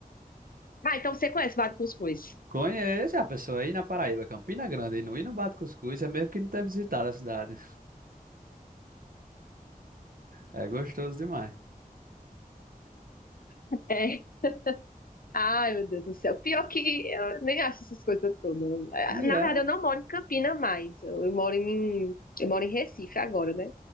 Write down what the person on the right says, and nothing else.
<laughs> Conheço a pessoa aí na Paraíba, Campina Grande, e não ir no Bate Cuscuz, é mesmo que não ter visitado a cidade. É gostoso demais.
E
é,